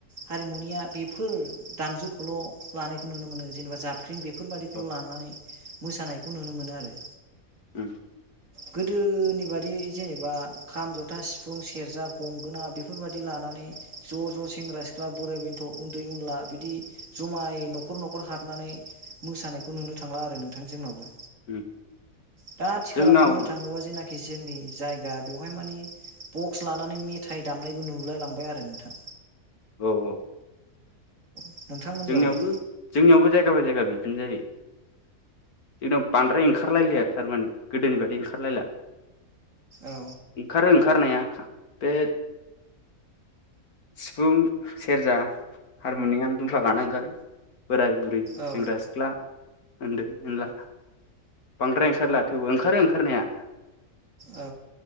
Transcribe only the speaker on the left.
औ
ओम
ओम
जोंनाव
औ औ
जोंनियावबो जोंनियावबो जायगा बाय जायगा बिदिनो जायो जोंनाव बांद्राय ओंखारलायलिया थारमाने गोदोनि बायदि ओंखारलायला
ओंखारो ओंखारनाया खा बे सिफुं सेरजा हारमुनियाम दुमफ्ला गानो ओंखारो बोराय बुरै
सेंग्रा सिख्ला ओन्दै ओनला बांद्राय ओंखारला थेवबो ओंखारो ओंखारनाया